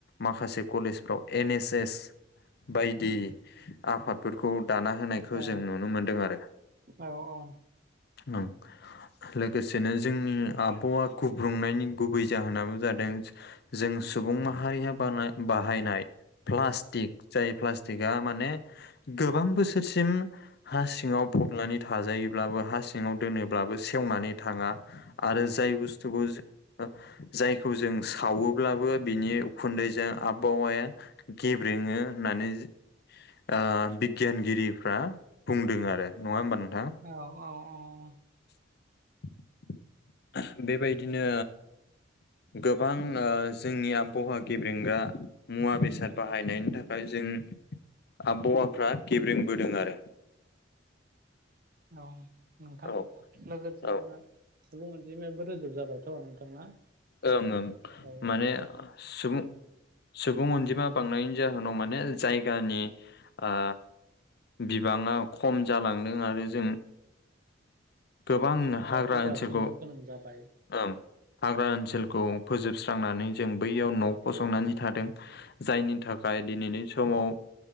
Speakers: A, on the left (about 55°); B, on the right (about 50°).
A: माखासे कलेजफ्राव एन एस एस बायदि आफादफोरखौ दाना होनायखौ
B: औ
A: जों नुनो मोन्दों आरो।
B: औ औ
A: ओं लोगोसेनो जों आबहावा गुब्रुंनायनि गुबै जाहोनाबो जादों जों सुबुं माहारिया बानाय बाहायनाय प्लास्टिक जाय प्लास्टिकआ माने गोबां बोसो <unintelligible> सिम हा सिङाव फबनानै थाजायोब्लाबो हा सिङाव दोनोब्लाबो सेवनानै थाङा आरो जाय बुस्थुखौ जो ओ जायखौ जों सावोब्लाबो बिनि उखुन्दैजों आबहावाया गेब्रेङो होननानै जो ओ बिगियानगिरिफ्रा बुंदों आरो नङा होमबा नोंथां।
B: औ -औ औ- औ।
A: <unintelligible> बेबायदिनो गोबां ओ जोंनि आबहावा गेब्रेंगा मुवा बेसाद बाहायनायनि थाखाय जों आबहावाफ्रा गेब्रेंबोदों आरो।
B: औ नोंथां।
A: औ
B: लोगोसे
A: ओं
B: जोंना सुबुं अनजिमायाबो रोजाब जाबायथ' नोंथांना
A: ओं ओं
B: औ
A: माने <unintelligible> सुमुं सुबुं अनजिमा बांनायनि जाहोनाव माने जायगानि ओ बिबाङा खम जालांदों आरो जों गोबां
B: बिफां
A: हाग्रा
B: लाइफां
A: ओनसोलखौ
B: दानस्रांनो गोनां जाबाय
A: ओं हाग्रा ओनसोलखौ फोजोबस्रांनानै जों बैयाव न' फसंनानै थादों जायनि थाखाय दिनैनि समाव